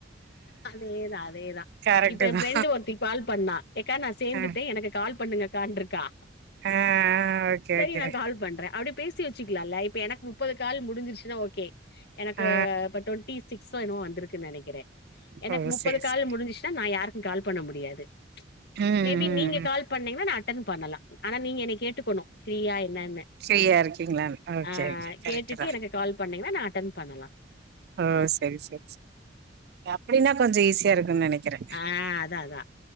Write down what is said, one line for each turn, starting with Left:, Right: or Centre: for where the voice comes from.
Left: அதேதா அதேதா
Right: கரெக்ட்
Left: இப்ப ஏ
Right: தா
Left: ஃப்ரெண்டு ஒருத்தி கால் பண்ணா எக்கா நா சேந்துட்டே
Right: ஆ
Left: எனக்கு கால் பண்ணுங்க கான்ருக்கா
Right: ஆ ஓகே
Left: செரி
Right: ஓகே
Left: நா கால் பண்றே அப்டி பேசி வச்சுக்கலால்ல எனக்கு இப்ப எனக்கு முப்பது கால் முடிஞ்சிருச்சுன்னா ஓகே எனக்கு
Right: ஆ
Left: இப்ப டுவெண்டிஸ் சிப்ஸோ என்னமோ வந்துருக்குனு நெனைக்கிறே எனக்கு
Right: ஓ
Left: முப்பது
Right: செரி
Left: கால்
Right: செரி
Left: முடிஞ்சுச்சுன்னா நா யாருக்கு கால் பண்ண முடியாது
Right: ம் ம்
Left: மேபி நீங்க
Right: ம்
Left: கால் பண்ணீங்கனா நா அட்டன் பண்ணலா ஆனா நீங்க என்ன கேட்டுக்கணு ஃப்ரீயா என்னன்னு
Right: ஃப்ரீயா இருக்கீங்களானு ஓ
Left: ஆ
Right: செரி செரி கரெக்டு
Left: கேட்டுட்டு
Right: தா
Left: எனக்கு கால் பண்ணீங்கனா நா அட்டன் பண்ணலா
Right: ஓ செரி செரி செரி அப்டின்னா கொஞ்ச ஈஸியா இருக்குனு நெனைக்கிறே
Left: ஆ அதான் அதான்.